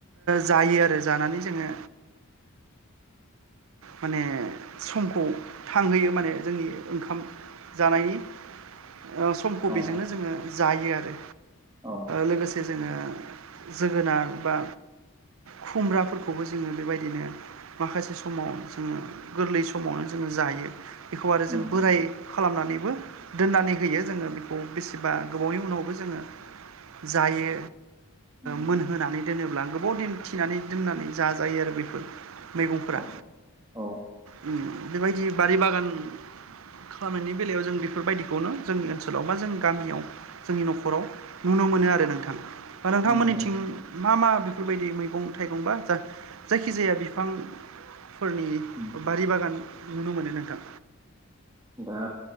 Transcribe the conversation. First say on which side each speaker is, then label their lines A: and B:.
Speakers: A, on the right (about 70°); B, on the right (about 15°).
A: जायो आरो जानानै जोङो माने समखौ थांहोयो माने जोंनि ओंखाम जानायनि समखौ
B: औ
A: बेजोंनो जोङो जायो आरो
B: औ
A: लोगोसे जोङो जोगोनार बा खुमब्राफोरखौबो जोङो बेबायदिनो माखासे समाव जोङो गोरलै समावनो जोङो जायो बेखौ आरो
B: उम
A: जों बोराय खालामनानैबो दोननानै होयो जोङो बेखौ बेसेबा गोबावनि उनावबो जोङो जायो
B: उम
A: मोनहोनानै दोनोब्ला गोबाव दिन थिनानै दोननानै जाजायो आरो बेफोर मैगंफोरा
B: औ औ
A: अम बेबायदि बारि बागान खामानि बेलायाव जों बेफोरबायदिखौनो जों ओनसोलाव बा जोंनि गामियाव जोंनि न'खराव नुनो मोनो आरो नोंथां बा नोंथांमोननिथिं
B: उम उम
A: मा मा बेफोरबायदि मैग गं थाइगं बा जायखिजाया बिफां फोरनि
B: उम
A: बारि बागान नुनो मोनो नोंथां
B: दा